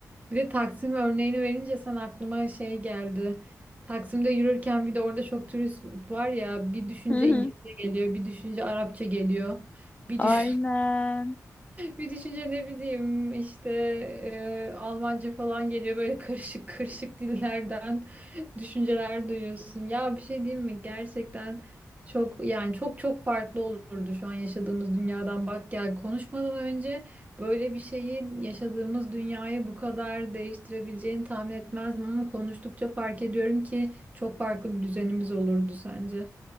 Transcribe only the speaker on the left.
Hı hı.
Aynen.